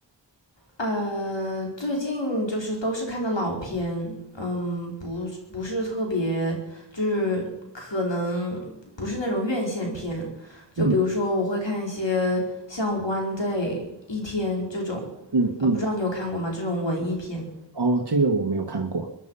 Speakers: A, on the left; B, on the right.
A: 呃，最近就是都是看的老片，嗯，不是不是特别，就是可能不是那种院线片，就比如说我会看一些像《One
B: 嗯
A: Day》一天这种，
B: 嗯嗯，
A: 呃，不知道你有看过吗？这种文艺片，
B: 哦，这个我没有看过。